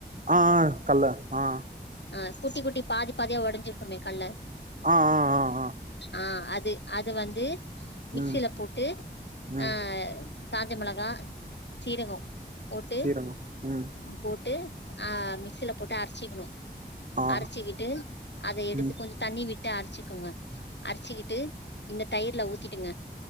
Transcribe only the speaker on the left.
ஆஹ் குட்டி குட்டி பாதி பாதியா உடைஞ்சிருக்குமே கல்ல
ஆஹ் அது அது வந்து மிக்சியில
போட்டு
அஹ் காஞ்ச மிளகாய சீரகம் போட்டு
போட்டு ஆஹ் மிக்சில போட்டு அரைச்சிக்கணும்
அரைச்சிக்கிட்டு அத எடுத்து
கொஞ்சம் தண்ணி விட் டுஅரைச்சுக்கோங்க அரைச்சிக்கிட்டு இந்த தயிர்ல ஊத்திடுங்க